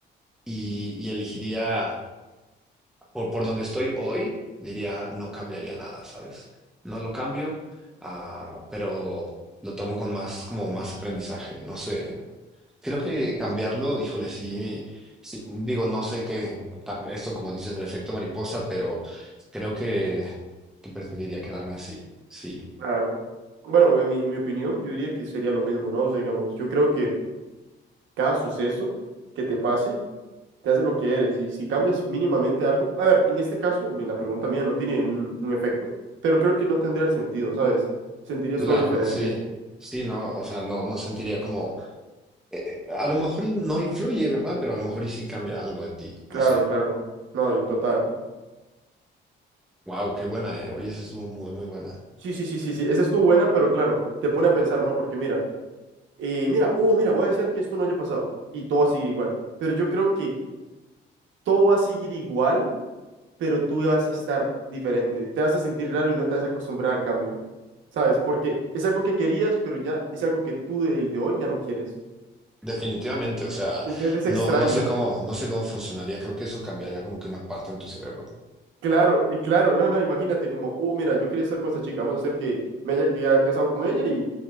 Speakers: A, in the centre; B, on the right (about 75°).
A: y y elegiría. por, por donde estoy hoy, diría, no cambiaría nada, ¿sabes? No lo cambio, ah, pero lo tomo con más, como más aprendizaje. No sé, creo que cambiarlo, híjole, sí, sí, digo, no sé qué, ta- esto como dices, el efecto mariposa, pero creo que, que preferiría quedarme así, sí.
B: Claro. Bueno, en mi, en mi opinión, yo diría que sería lo mismo, ¿no? O sea, digamos, yo creo que cada suceso que te pase, te hace lo que eres. Y si cambias mínimamente algo, a ver, en este caso, en la pregunta mía no tiene un, un efecto, pero creo que no tendría el sentido, ¿sabes? Sentirías
A: Claro,
B: todo diferente.
A: sí. Sí, no, o sea, no, no sentiría como, eh, eh, a lo mejor y no influye, ¿verdad? Pero a lo mejor y sí cambia algo en ti,
B: Claro,
A: no sé.
B: claro. No, y total, ¿eh?
A: Wow, qué buena, ¿eh? Oye, esa estuvo muy, muy buena.
B: Sí, sí, sí, sí, sí. Esa estuvo buena, pero claro, te pone a pensar, ¿no? Porque mira, eh, mira, oh, mira, voy a hacer que esto no haya pasado y todo va a seguir igual. Pero yo creo que todo va a seguir igual, pero tú vas a estar diferente. Te vas a sentir raro y no te vas a acostumbrar al cambio, ¿sabes? Porque es algo que querías, pero ya es algo que tú, el de hoy, ya no quieres.
A: Definitivamente, o sea,
B: Entonces
A: no,
B: es extraño,
A: no sé cómo,
B: ¿eh?
A: no sé cómo funcionaría. Creo que eso cambiaría como que una parte en tu cerebro.
B: Claro, y claro, no, no, imagínate como, oh, mira, yo quería estar con esta chica, vamos a hacer que me haya, que haya casado con ella y,